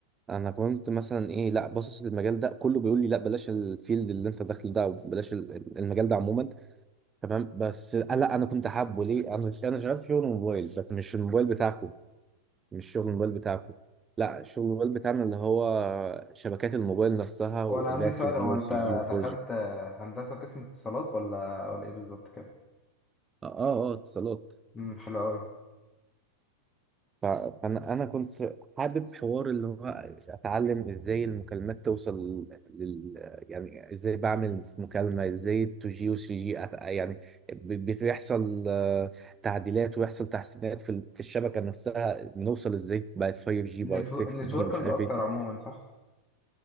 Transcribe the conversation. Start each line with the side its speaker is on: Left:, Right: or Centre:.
Right: انا كنت مثلا ايه لا باصص للمجال ده كله بيقول لي لا بلاش الفيلد اللي انت داخله ده بلاش المجال ده عموما تمام بس أنا- لا انا كنت حابه ليه انا انا شغال شغل موبايل بس مش الموبايل بتاعكم مش شغل الموبايل بتاعكم لا شغل الموبايل بتاعنا اللي هو شبكات الموبايل نفسها واللي
Left: هو انا عندي
Right: هي
Left: سؤال
Right: 2G
Left: هو
Right: و
Left: انت
Right: 3G و 4G
Left: دخلت هندسة قسم اتصالات ولا ولا ايه بالظبط كده
Right: اه اه آه، اتصالات
Left: امم حلو قوي
Right: ف- فانا انا كنت حابب حوار اللي هو اتعلم ازاي المكالمات توصل لل يعني ازاي بعمل مكالمه ازاي 2 جي و 3 جي أت- يعني ب- بت- بيحصل آه، تعديلات ويحصل تحسينات في ال- في الشبكه نفسها بنوصل ازاي بقت 5 جي
Left: نتو...
Right: بقت 6
Left: نتوركنج
Right: جي مش عارف
Left: اكتر
Right: ايه كده.
Left: عموما صح